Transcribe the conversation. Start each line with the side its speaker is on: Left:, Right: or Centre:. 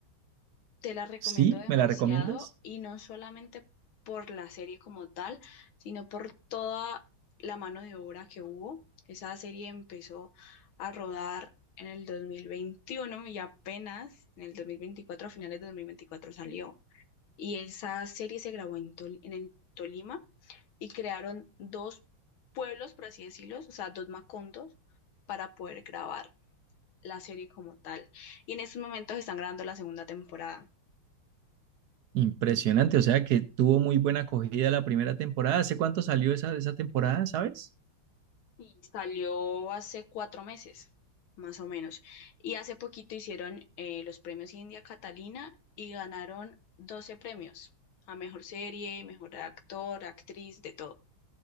Left: Te la recomiendo
Right: sí,
Left: demasiado
Right: ¿me la recomiendas?
Left: y no solamente por la serie como tal, sino por toda la mano de obra que hubo. Esa serie empezó a rodar en el 2021 y apenas en el 2024, a finales de 2024 salió. Y esa serie se grabó en, Tol- en el Tolima y crearon dos pueblos, por así decirlo, o sea, dos macondos para poder grabar la serie como tal. Y en estos momentos están grabando la segunda temporada.
Right: Impresionante, o sea que tuvo muy buena acogida la primera temporada. ¿Hace cuánto salió esa, esa temporada, sabes?
Left: Sí, salió hace cuatro meses, más o menos. Y hace poquito hicieron eh, los premios India Catalina y ganaron 12 premios a mejor serie, mejor actor, actriz, de todo.